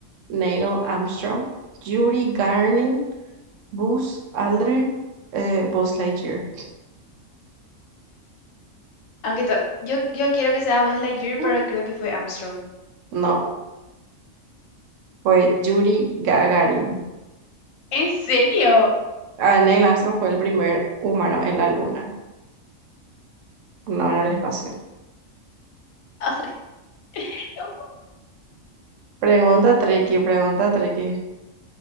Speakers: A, on the right; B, on the left.
A: Neil Armstrong, Yuri Gagarin, Buzz Aldrin, eh, Buzz Lightyear.
B: Aunque to- yo, yo quiero que sea Buzz Lightyear,
A: Mm,
B: pero creo que fue Armstrong.
A: No, fue Yuri Gagarin.
B: ¿En serio?
A: Ah, Neil Armstrong fue el primer humano en la luna, no en el espacio.
B: Ay, <laughs> no puedo.
A: Pregunta tricky, pregunta tricky.